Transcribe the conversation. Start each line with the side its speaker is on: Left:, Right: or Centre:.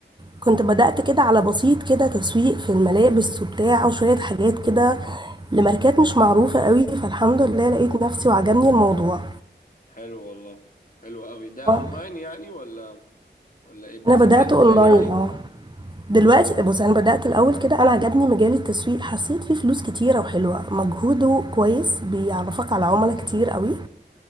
Right: كنت بدأت كده على بسيط كده تسويق في الملابس وبتاع وشوية حاجات كده لماركات مش معروفة قوي فالحمد لله لقيت نفسي وعجبني الموضوع
Left: حلو والله حلو قوي ده
Right: آه،
Left: اونلاين يعني ولا ولا ايه بتسوق
Right: أنا بدأت أونلاين
Left: اونلاين يعني
Right: آه، دلوقتي بُصّي، أنا بدأت الأول كده أنا عجبني مجال التسويق، حسّيت فيه فلوس كتيرة وحلوة، مجهوده كويس، بيعرّفك على عُملا كتير أوي،